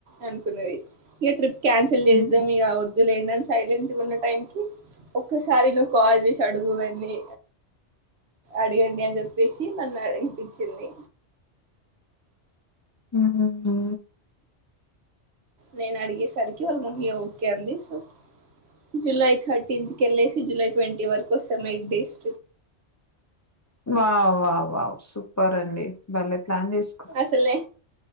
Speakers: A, on the right (about 65°); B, on the left (about 25°).
A: అనుకున్నది ఇగ ట్రిప్ క్యాన్సల్ చేద్దాం
B: హ్మ్.
A: ఇగ వద్దులేని సైలెంట్ గా ఉన్న టైం క ఒక్కసారి నువ్వు కాల్చే చడుగువన్నీ అడగండి అని చెప్పేసి నన్ను అడిగిపించింది
B: ఉహుహు
A: నేను అడిగేసరికి వాళ్ళ మమ్మీ ఓకే అంది సో జులై థర్టీన్త్కేళ్ళేసి జులై ట్వంటీ వరకు వస్తాం ఎయిట్ డేస్
B: వా్ వా్ వావ్ సూపర్ అండి మళ్ళీ ప్లాన్ చేసి
A: అసలే